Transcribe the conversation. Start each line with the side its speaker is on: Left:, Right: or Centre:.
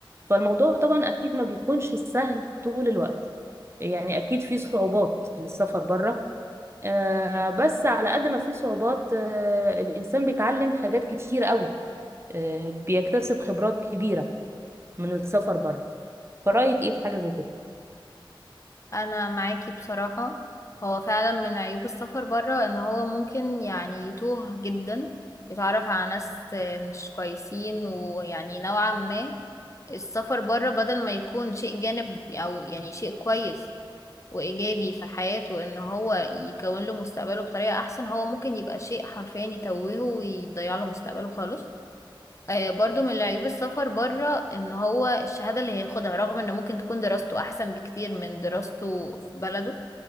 Right: فالموضوع طبعا اكيد ما بيكونش سهل طول الوقت يعني اكيد في صعوبات للسفر بره آه، بس على قد ما في صعوبات آه، الانسان بيتعلم حاجات كتير قوي آه، بيكتسب خبرات كبيرة من السفر بره فرأيك ايه في حاجة زي كده؟
Left: أنا معاكي بصراحة هو فعلا من عيوب السفر برا ان هو ممكن يعني يتوه جدا يتعرف على ناس مش كويسين ويعني نوعا ما السفر بره بدل ما يكون شيء جانب او يعني شيء كويس وايجابي في حياته ان هو يكون له مستقبله بطريقة احسن هو ممكن يبقى شيء حرفيا يتوهه ويضيع له مستقبله خالص آه برضو من عيوب السفر بره ان هو الشهادة اللي هياخدها رغم ان ممكن تكون دراسته احسن بكتير من دراسته في بلده